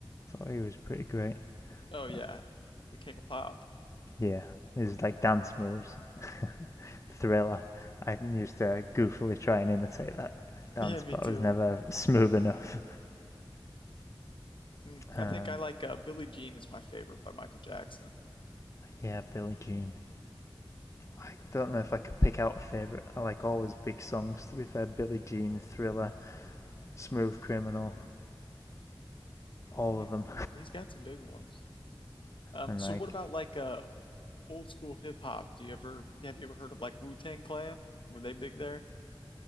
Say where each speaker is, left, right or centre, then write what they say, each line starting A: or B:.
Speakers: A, on the left (about 35°); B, on the left (about 65°).
A: Thought he was pretty great.
B: Oh yeah,
A: But
B: the King of Pop. <laughs>
A: yeah, his like dance moves, <laughs> thriller. I used to goofily try and imitate that dance,
B: Yeah, me
A: but
B: too.
A: I was never smooth enough.
B: Hmm.
A: <laughs>
B: I
A: and
B: think I like uh, Billie Jean is my favorite by Michael Jackson.
A: yeah, Billie Jean. I don't know if I could pick out a favorite. I like all his big songs. To be fair, Billie Jean, Thriller, Smooth Criminal, all
B: He's
A: of them.
B: he's got some big ones. Um,
A: And
B: so
A: like
B: what about like uh old school hip hop? Do you ever have you ever heard of like Wu-Tang Clan? Were they big there?